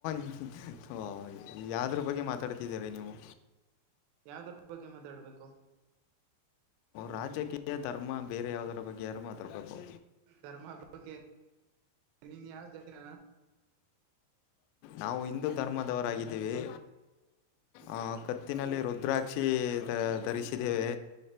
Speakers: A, on the left (about 85°); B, on the right (about 75°).
A: <unintelligible> ಥೊ ಯಾವ್ದುರ್ ಬಗ್ಗೆ <unintelligible> ಜರೆ ನಿವು
B: ಯಾವ್ದ್ರ ಬಗ್ಗೆ ಮಾತಾಡ್ಬೇಕು
A: ರಾಜಕೀಯ ಧರ್ಮ ಬೇರೆ ಯಾವ್ದರ ಬಗ್ಗೆ <unintelligible> ಉತ್ತರ್ಬೇಕು
B: ಧರ್ಮ ಬಗ್ಗೆ ನೀನ್ ಯಾವ್ ಜತಿನ
A: ನಾವು ಹಿಂದೂ ಧರ್ಮದವರಾಗಿದ್ದೀವಿ ಆ
B: ಹೋಗೋಣ
A: ಕತ್ತಿನಲ್ಲಿ <unintelligible> ರುದ್ರಾಕ್ಷಿ ಧರಿಸಿದ್ದೇವೆ